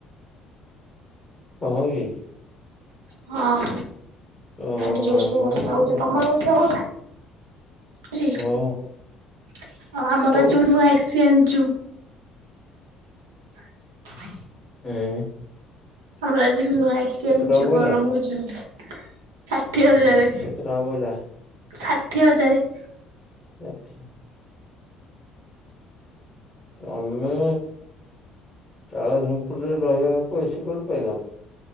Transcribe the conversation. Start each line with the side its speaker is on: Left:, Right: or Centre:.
Left: ହଁ, ହଁକି।
Right: ହଁ, ଆମ
Left: ଓ
Right: ଆଡ଼େ ଜୋରସେ
Left: ଆମ
Right: ବର୍ଷା
Left: ଆଡେ ବି
Right: ହଉଛି, ତମ ଆଡ଼େ ବର୍ଷା ହଉଛି ନା? ଚି,
Left: ହଁ
Right: ଆଉ ଆମର
Left: ହଉ
Right: ଆଜି ଗୋଟେ ନୂଆ ଏସି ଆଣିଚୁ।
Left: ହଁ
Right: <inaudible>
Left: ହୁଁ
Right: ଆମର ଆଜି ନୂଆ ଏସି
Left: କେତେ
Right: ଆଣିଚୁ
Left: ଟଙ୍କା ପଇଲା
Right: ଗରମ ହଉଛି ବୋଲି, ଷାଠିଏ ହଜାର।
Left: କେତେ ଟଙ୍କା ପଇଲା?
Right: ଷାଠିଏ ହଜାର।
Left: ଆଚ୍ଛା। ତମେ ଚାଳ ଝୁମ୍ପୁଡ଼ିରେ ରହିବା ଲୋକ, ଏସି କୁଆଡୁ ପାଇଲ?